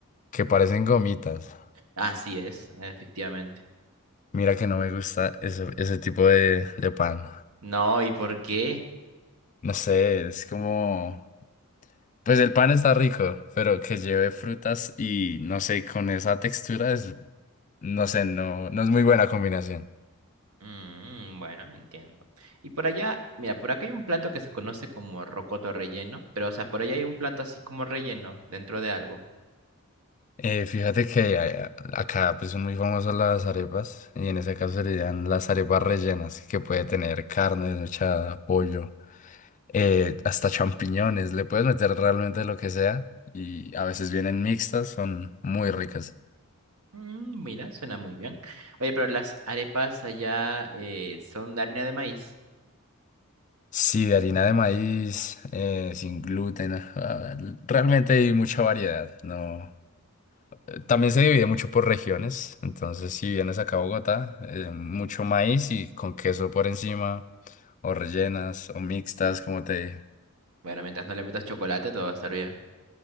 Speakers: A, on the left; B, on the right.
A: que parecen gomitas.
B: Así es, efectivamente.
A: Mira que no me gusta ese, ese tipo de, de pan.
B: No, ¿y por qué?
A: No sé, es como... Pues el pan está rico, pero que lleve frutas y no sé, con esa textura es... No sé, no, no es muy buena combinación.
B: Mm, mm, bueno, entiendo. Y por allá, mira, por acá hay un plato que se conoce como rocoto relleno, pero o sea, por allá hay un plato así como relleno dentro de algo.
A: Eh, fíjate que a- acá pues son muy famosas las arepas y en ese caso serían las arepas rellenas que puede tener carne desmechada, pollo, eh, hasta champiñones, le puedes meter realmente lo que sea y a veces vienen mixtas, son muy ricas.
B: Mm, mira, suena muy bien. Oye, pero las arepas allá eh, son de harina de maíz.
A: Sí, de harina de maíz, eh, sin gluten, ah, realmente hay mucha variedad, ¿no? Eh, También se divide mucho por regiones, entonces si vienes acá a Bogotá, eh, mucho maíz y con queso por encima. o rellenas, o mixtas, como te dije.
B: Bueno, mientras no le metas chocolate, todo va a estar bien.